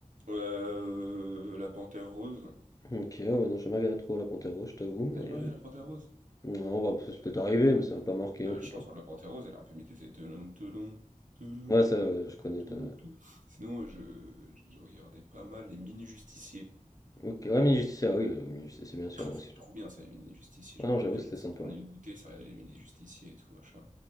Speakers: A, on the right; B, on the left.
A: hein. Euh, la Panthère Rose.
B: OK, ah ouais, non, j'ai jamais regardé trop La Panthère Rose, je t'avoue, mais
A: T'as jamais
B: euh,
A: regardé la Panthère Rose?
B: non, on va ça peut arriver, mais ça m'a pas marqué
A: La
B: en tout
A: chanson
B: cas.
A: de la Panthère Rose, elle est un peu mythique, c'est Touloum, touloum, touloum,
B: Ouais, ça, ouais, je connais.
A: touloum,
B: t'as-
A: touloum. Sinon, euh, je, je regardais pas mal les Mini-Justiciers.
B: Ok, ouais, Mini Justice, ah oui, euh, Mini Justice, c'est bien sûr,
A: Ah,
B: moi
A: C'était
B: aussi.
A: trop bien ça, les Mini-Justiciers, je
B: Ah non,
A: me rappelle.
B: j'avoue, c'était
A: Ça
B: sympa.
A: prenait le goûter, ça regardait les Mini-Justiciers et tout, machin.